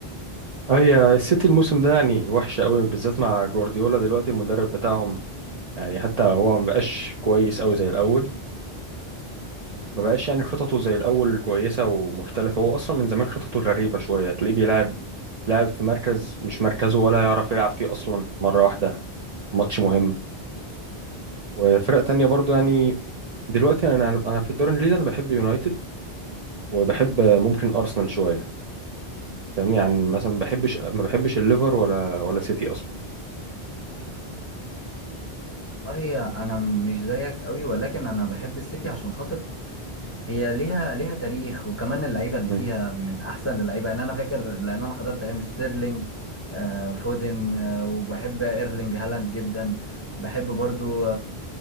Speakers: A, on the right; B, on the left.
A: اه، هي السيتي الموسم ده يعني وحش قوي بالذات مع جوارديولا دلوقتي المدرب بتاعهم يعني حتى هو ما بقاش كويس قوي زي الاول ما بقاش يعني خططه زي الاول كويسه ومختلفه هو اصلا من زمان خططه غريبه شويه تلاقيه بيلعب لاعب في مركز مش مركزه ولا يعرف يلعب فيه اصلا مره واحده ماتش مهم وفرق تانية برضو يعني دلوقتي انا انا في الدوري الانجليزي انا بحب يونايتد وبحب ممكن ارسنال شويه فاهمني يعني مثلا ما بحبش ما بحبش الليفر ولا ولا سيتي اصلا
B: والله انا مش زيك قوي ولكن انا بحب السيتي عشان خاطر هي ليها ليها تاريخ وكمان اللعيبه اللي
A: مم.
B: فيها من احسن اللعيبه يعني انا فاكر لان انا حضرت ايام ستيرلينج آه، فودن آه، وبحب ايرلينج هالاند جدا بحب برضو